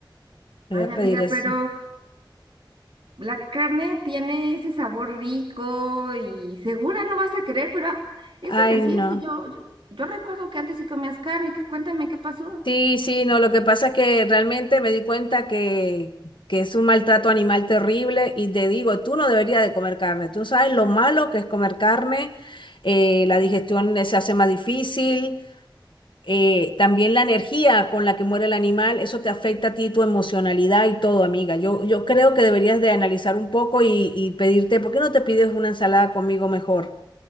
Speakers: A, on the left; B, on the right.
A: Me
B: Ay,
A: voy a
B: amiga,
A: pedir eso.
B: pero la carne tiene ese sabor rico y segura no vas a querer, pero eso
A: Ay,
B: es reciente.
A: no.
B: Yo, yo, yo recuerdo que antes sí comías carne. que- Cuéntame qué pasó.
A: Sí, sí, no. Lo que pasa es que realmente me di cuenta que, que es un maltrato animal terrible y te digo, tú no deberías de comer carne. Tú sabes lo malo que es comer carne. eh, la digestión eh, se hace más difícil eh, también la energía con la que muere el animal, eso te afecta a ti, tu emocionalidad y todo, amiga. Yo, yo creo que deberías de analizar un poco y, y pedirte, ¿por qué no te pides una ensalada conmigo mejor?